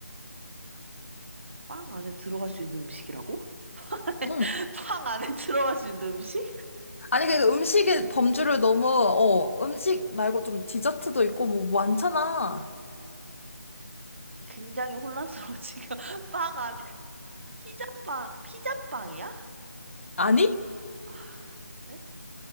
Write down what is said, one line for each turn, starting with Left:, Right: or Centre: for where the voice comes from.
Right: 빵 안에 들어갈 수 있는 음식이라고?
Left: 응.
Right: <laughs> 빵 안에 들어갈 수 있는 음식?
Left: 아니, 그 음식의 범주를 너무, 어, 음식 말고 좀 디저트도 있고 뭐 많잖아.
Right: 굉장히 혼란스러워, 지금. <laughs> 빵 안에. 피자빵. 피자빵이야?
Left: 아니?
Right: 아, 그래?